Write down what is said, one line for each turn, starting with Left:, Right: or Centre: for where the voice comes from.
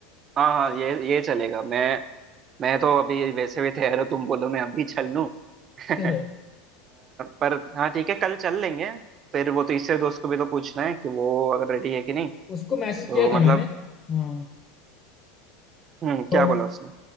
Right: हाँ हाँ ये ये चलेगा मैं मैं तो अभी वैसे भी तैयार हूँ तुम बोलो मैं अभी चल लूँ <laughs> अ,
Left: <laughs> है।
Right: पर हाँ ठीक है कल चल लेंगे फिर वो तीसरे दोस्त को भी तो पूछना है कि वो अगर रेडी है कि नहीं
Left: उसको मैसेज
Right: तो
Left: किया था
Right: मतलब
Left: मैंने हाँ
Right: हम्म
Left: तो
Right: क्या बोला उसने